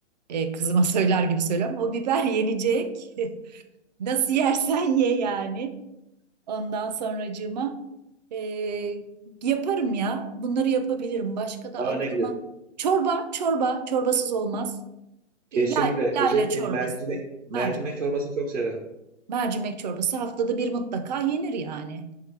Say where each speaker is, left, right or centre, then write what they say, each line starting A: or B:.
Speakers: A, on the right; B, on the right.
A: E, kızıma <laughs> söyler gibi söylüyorum. O biber yenecek. <laughs> Nasıl yersen ye yani. Ondan sonracığıma eee, yaparım ya. Bunları yapabilirim. Başka da
B: Aa
A: aklıma
B: ne güzel.
A: çorba, çorba, çorbasız olmaz.
B: Kesinlikle.
A: E, Yay, yayla
B: Özellikle
A: çorbası,
B: mercimek mercimek
A: mercimek.
B: çorbasını çok severim.
A: Mercimek çorbası haftada bir mutlaka yenir yani.